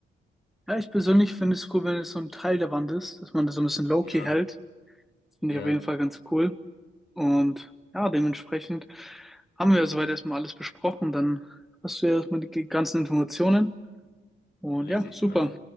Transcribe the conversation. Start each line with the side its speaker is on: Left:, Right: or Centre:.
Centre: Ja, ich persönlich finde es cool, wenn es so ein Teil der Wand ist, dass man das so ein bisschen low-key
Left: Ja,
Centre: hält. Das finde
Left: ja,
Centre: ich auf jeden Fall ganz cool. Und ja, dementsprechend haben wir soweit erstmal alles besprochen. Dann hast du ja erstmal die ganzen Informationen. Und
Left: richtig,
Centre: ja, super.
Left: genau.